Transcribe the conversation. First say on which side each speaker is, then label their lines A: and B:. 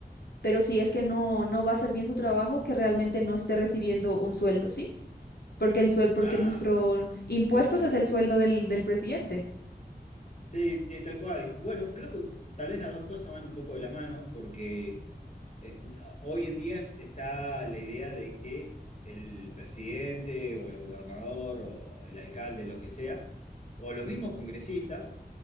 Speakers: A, on the left; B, on the left.
A: pero si es que no, no va a hacer bien su trabajo, que realmente no esté recibiendo un sueldo, ¿sí? Porque el sueldo, porque
B: Ah,
A: nuestro
B: bueno.
A: impuestos
B: Sí, estaría
A: es
B: bueno.
A: el sueldo del, del presidente.
B: Sí, sí, tal cual. Bueno, creo que tal vez las dos cosas van un poco de la mano porque... eh, hoy en día está la idea de que el presidente o el gobernador o el alcalde, lo que sea, o los mismos congresistas,